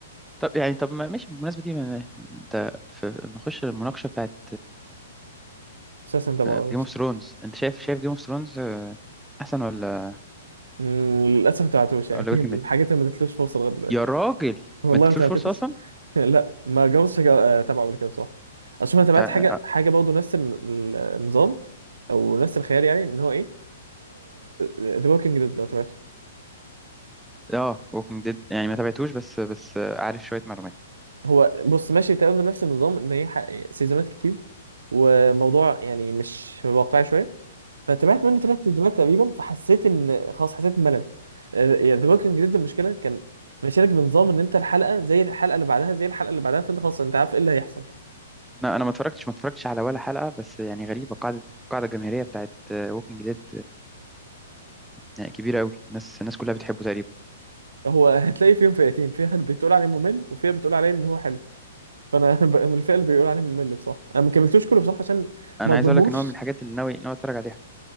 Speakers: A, in the centre; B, on the right.
A: طب يعني طب ما- ماشي بالمناسبة دي ما- أنت في نخش المناقشة بتاعت
B: مسلسل أنت متابعهوش
A: جيم اوف ثرونز أنت شايف شايف جيم اوف ثرونز أحسن ولا
B: مم، للأسف ما تابعتوش يعني
A: ولا
B: <laughs>
A: بريكنج
B: الحاجات
A: باد
B: اللي ما اديتلوش فرصة لغاية دلوقتي
A: يا راجل
B: والله
A: ما اديتلوش
B: ما تابعتوش
A: فرصة أصلا
B: <laughs> لا ما جربتش أجا- آه، أتابعه قبل كده بصراحة أصل أنا تابعت
A: ده
B: حاجة حاجة برضه نفس الن- النظام أو نفس الخيال يعني إن هو إيه ذا ووكينج ديد لو تابعته
A: اه ووكينج ديد يعني ما تابعتوش بس بس عارف شويه معلومات
B: هو بص ماشي تمام بنفس النظام ان هي ح- سيزونات كتير وموضوع يعني مش واقعي شويه فتابعت منه ثلاث سيزونات تقريبا فحسيت ان خلاص حسيت بملل ذا ووكينج ديد المشكله كان ماشيلك بنظام ان انت الحلقه زي الحلقه اللي بعدها زي الحلقه اللي بعدها فانت خلاص انت عارف ايه اللي هيحصل
A: انا انا ما اتفرجتش ما اتفرجتش على ولا حلقه بس يعني غريبه قاعده قاعده جماهيريه بتاعت ووكينج ديد يعني كبيره قوي الناس الناس كلها بتحبه تقريبا
B: هو هتلاقي فيهم فئتين فيها اللي بتقول عليه ممل وفيها بتقول عليه ان هو حلو فانا <laughs> ب- من الفئه اللي بيقول عليه ممل بصراحه انا ما كملتوش كله بصراحه عشان
A: انا
B: ما اظلمهوش
A: عايز اقول لك ان هو من الحاجات اللي ناوي ناوي اتفرج عليها